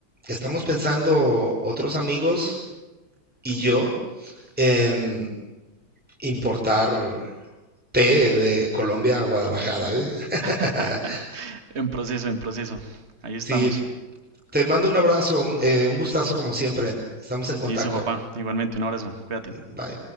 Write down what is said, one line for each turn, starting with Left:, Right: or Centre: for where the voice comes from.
Centre: estamos pensando otros amigos y yo en importar té de Colombia a Guadalajara, ¿eh? <laughs>
Right: <laughs> En proceso, en proceso. Ahí estamos.
Centre: Sí, te mando un abrazo, eh, un gustazo como siempre. Estamos en contacto.
Right: Listo, papá. Igualmente, un abrazo. Cuídate.
Centre: Bye.